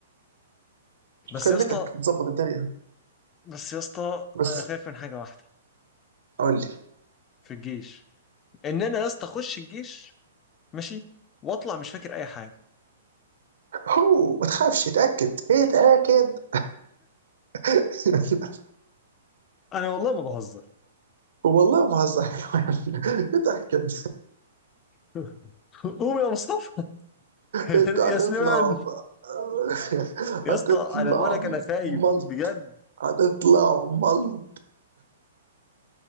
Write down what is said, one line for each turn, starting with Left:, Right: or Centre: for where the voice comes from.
Left: بس
Right: مكالمتك
Left: يا اسطى
Right: بتظبط الدنيا
Left: بس يا اسطى
Right: بس
Left: انا خايف من حاجه واحده
Right: قول لي
Left: في الجيش ان انا يا اسطى اخش الجيش ماشي واطلع مش فاكر اي حاجه
Right: هو ما تخافش اتأكد ايه اتأكد <laughs>
Left: انا والله ما بهزر
Right: والله ما بهزر <laughs> اتأكد
Left: <laughs> قوم يا مصطفى <laughs>
Right: انت هتطلع
Left: يا سليمان
Right: م- <laughs>
Left: يا
Right: هتطلع
Left: اسطى انا بقول لك انا خايف
Right: ملط
Left: بجد
Right: هتطلع ملط